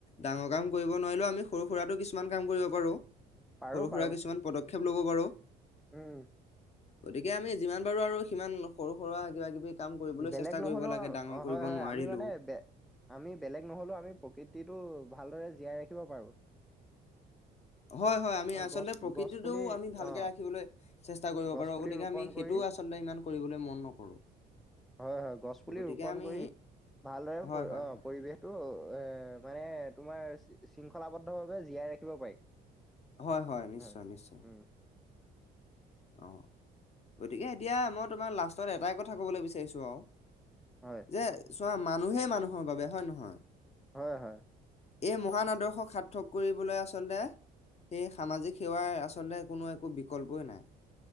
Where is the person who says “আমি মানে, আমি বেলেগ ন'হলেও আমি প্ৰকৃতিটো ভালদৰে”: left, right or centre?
Centre